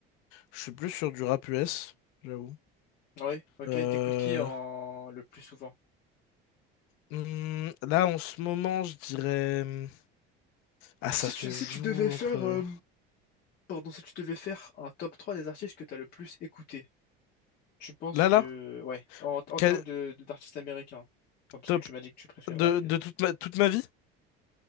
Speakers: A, on the left; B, on the left.
A: je suis plus sur du rap US, j'avoue.
B: Ouais, ok.
A: Euh,
B: T'écoutes qui en le plus souvent?
A: hmm, là, en ce moment, je dirais. hmm, Ah, ça
B: Si
A: se
B: tu, si
A: joue
B: tu devais faire,
A: entre.
B: euh, pardon, si tu devais faire un top 3 des artistes que t'as le plus écouté, Tu penses
A: Là,
B: que,
A: là?
B: ouais, en, en
A: Quel-
B: termes de, de- d'artistes américains, enfin, parce
A: Top.
B: que tu m'as dit que tu préfères
A: De,
B: le rap
A: de
B: US.
A: toute ma... toute ma vie?